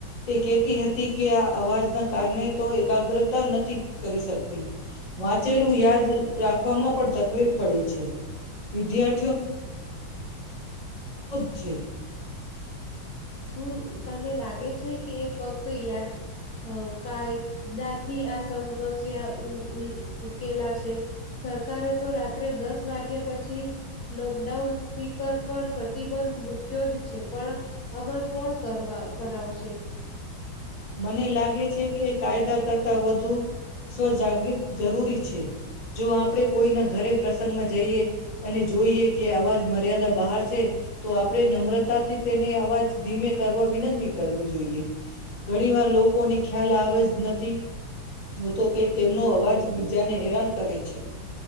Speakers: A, on the left; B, on the left.
A: તે કેતી હતી કે આ અવાજના કારણે તો એકાગ્રતા નથી કરી શકતી. વાંચેલું યાદ રાખવામાં પણ તકલીફ પડે છે વિદ્યાર પ છે.
B: શું તને લાગે છે કે એ ફક્ત યાદ અ કાયદાથી આ સમસ્યા ઉ ઉકેલાશે સરકારે તો રાત્રે દસ વાગ્યા પછી લોકડાઉન સ્પીકર પર પ્રતિબંધ મૂક્યો જ છે પણ અમલ કોણ કરવા કરાવશે.
A: મને લાગે છે કે કાયદા કરતા વધુ સ્વજાગૃત જરૂરી છે જો આપણેે કોઈના ઘરે પ્રસંગમાં જઈએ અને જોઈએ કે અવાજ મર્યાદા બહાર છે. તો આપડણે નમ્રતાથી તેને અવાજ ધીમે કરવા વિનંતી કરવી જોઈએ. ઘણી વાર લોકોને ખ્યાલ આવે જ નથી હોતો કે તેમનો અવાજ બીજાને હેરાન કરે છે.